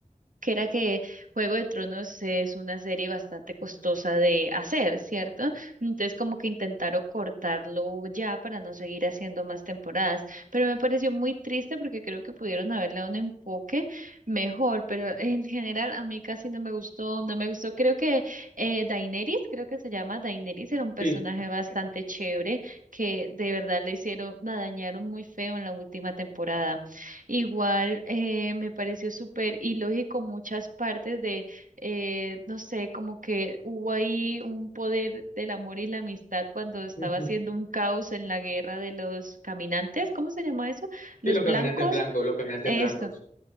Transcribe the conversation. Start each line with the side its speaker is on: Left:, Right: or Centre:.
Right: que era que Juego de Tronos es una serie bastante costosa de hacer, ¿cierto? Entonces como que intentaron cortarlo ya para no seguir haciendo más temporadas, pero me pareció muy triste porque creo que pudieron haberle dado un enfoque mejor, pero en general a mí casi no me gustó, no me gustó. Creo que eh, Daenerys, creo que se llama Daenerys, era un personaje
Left: Sí,
Right: bastante chévere que de verdad le hicieron, la dañaron muy feo en la última temporada. Igual eh, me pareció súper ilógico muchas partes de, eh, no sé, como que hubo ahí un poder del amor y la amistad cuando estaba
Left: <laughs> sí,
Right: haciendo un caos en la guerra de los caminantes, ¿cómo se llama eso? Los
Left: lo caminaste
Right: blancos,
Left: en blanco, lo caminaste
Right: eso,
Left: en blanco.